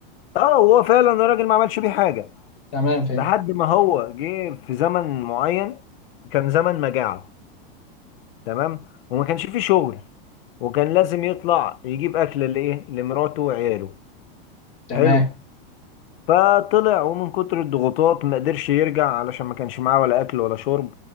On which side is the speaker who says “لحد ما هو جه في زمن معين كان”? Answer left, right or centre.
Left